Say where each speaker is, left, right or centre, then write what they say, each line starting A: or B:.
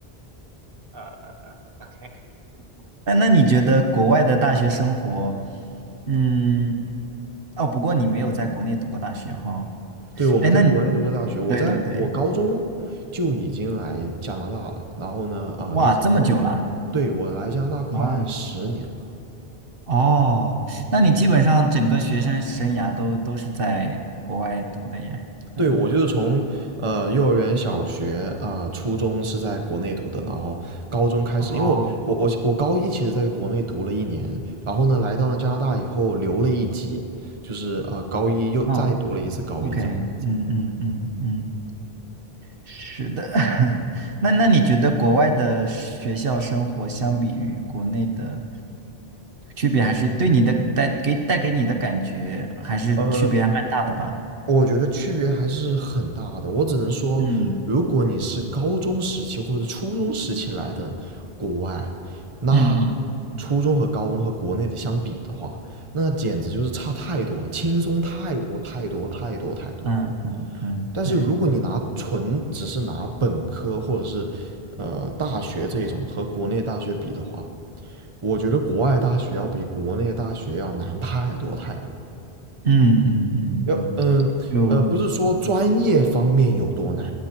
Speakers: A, on the right; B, on the right.
A: 呃呃呃，OK。那那你觉得国外的大学生活，嗯，哦，不过你没有在国内读过大学哈。
B: 对，我们在国内读过大学，
A: 哎，那你
B: 我在我高中就已经来加拿大了，
A: 对对对，
B: 然后呢，啊、
A: 哇，
B: 一直读到本，
A: 这么久啦？
B: 对，我来加拿大快十年。
A: 哦哦，那你基本上整个学生生涯都都是在国外读的耶。嗯，
B: 对，我就是从呃幼儿园、小学啊、呃初中是在国内读的，然后高中开始，
A: 哦，
B: 因为我我我我高一其实在国内读了一年，然后呢来到了加拿大以后留了一级，就是啊、呃高一又再读了一次高一这个样子。
A: 嗯嗯，OK，嗯嗯嗯嗯。是的，<laughs> 那那你觉得国外的学校生活相比于国内的区别，还是对你的带给带给你的感觉，还是区别还蛮大的吧？
B: 呃，我觉得区别还是很大的。我只能说，
A: 嗯
B: 如果你是高中时期或者是初中时期来的国外，那
A: 嗯嗯
B: 初中和高中和国内的相比的话，那简直就是差太多，轻松太多太多太多太多。
A: 嗯嗯嗯，
B: 但是如果你拿纯只是拿本科或者是
A: 对，
B: 呃大学这种和国内大学比的话，我觉得国外大学要比国内大学要难太多太多。
A: 嗯嗯嗯嗯，
B: 要嗯呃，
A: 就
B: 不是说专业方面有多难，